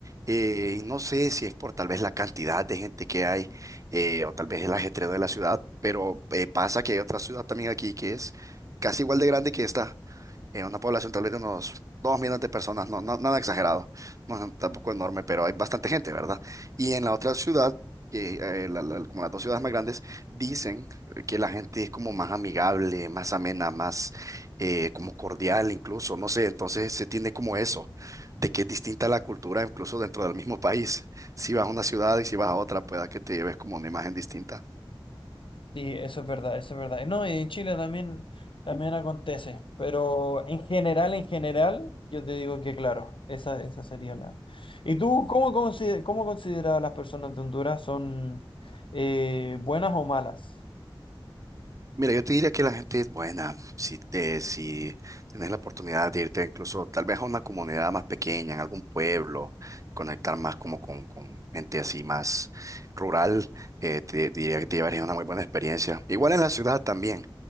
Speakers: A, on the right (about 40°); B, on the left (about 70°).
A: eh, y no sé si es por tal vez la cantidad de gente que hay eh, o tal vez el ajetreo de la ciudad, pero eh, pasa que hay otra ciudad también aquí que es casi igual de grande que esta eh, una población tal vez de unos dos millones de personas, no, no- nada exagerado, no es tampoco enorme, pero hay bastante gente, ¿verdad? Y en la otra ciudad, que, eh, la- la- como las dos ciudades más grandes, dicen eh, que la gente es como más amigable, más amena, más eh, como cordial incluso, no sé, entonces se tiene como eso, de que es distinta la cultura incluso dentro del mismo país. Si vas a una ciudad y si vas a otra, pueda que te lleves como una imagen distinta.
B: Sí, eso es verdad, eso es verdad. No, y en Chile también, también acontece, pero en general, en general, yo te digo que claro, esa, esa sería la... ¿Y tú cómo consider, cómo consideras a las personas de Honduras son eh, buenas o malas?
A: Mira, yo te diría que la gente es buena. Si te, si tienes la oportunidad de irte incluso tal vez a una comunidad más pequeña, en algún pueblo, conectar más como con, con gente así más rural, eh, te diría que te llevarías una muy buena experiencia. Igual en la ciudad también.